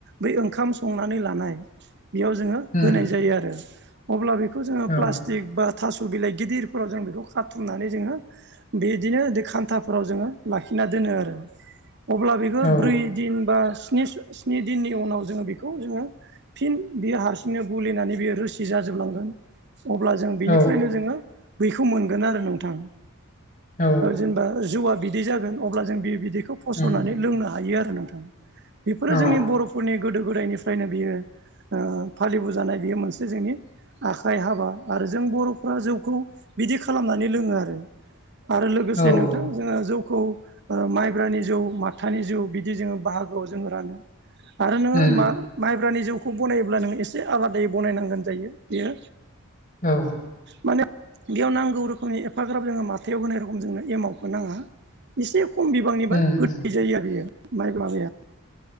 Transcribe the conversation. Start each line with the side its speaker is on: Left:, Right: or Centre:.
Right: बै ओंखाम संनानै लानाय बेयाव जोङो
Left: उम
Right: होनाय जायो आरो अब्ला बेखौ जोङो
Left: औ
Right: प्लास्टिक बा थास' बिलाइ गिदिरफोराव जों बेखौ खाथुमनानै जोङो बिदिनो दो खान्थाफोराव जोङो लाखिना दोनो आरो अब्ला बेखौ
Left: औ
Right: ब्रै दिन बा स्नि दिननि उनाव जोङो बेखौ जोङो फिन बेयो हारसिंनो गुलिनानै बियो रोसि जाजोबलांगोन अब्ला जों बिनिफ्रायनो
Left: औ
Right: जोङो बेखौ मोनगोन आरो नोंथां
Left: औ
Right: जेनेबा जौवा बिदै जागोन अब्ला जों बि बिदैखौ फसरनानै
Left: उम
Right: लोंनो हायो आरो नोंथां बेफोरो
Left: औ
Right: जोंनि बर'फोरनि गोदो गोदायनिफ्रायनो बियो फालिबोजानाय बेयो मोनसे जोंनि आखाइ हाबा आरो जों बर'फ्रा जौखौ बिदि खालामनानै लोङो आरो आरो लोगोसे
Left: औ
Right: नोंथां जोङो जौखौ माइ ब्रानि जौ माथानि जौ बिदि जोङो बाहागोआव जोङो रानो आरो नोङो
Left: उम
Right: मा माइब्रानि जौखौ बनायोब्ला ननो एसे आलादायै बनायनांगोन जायो बेयो
Left: औ
Right: माने बेयाव नांगौ रोखोमनि एफाग्राब जोङो माथायाव होनै रोखोम जों एमावखौ नाङा एसे खम बिबांनिबा
Left: उम
Right: गोदै जायो आरो बियो माइब्राया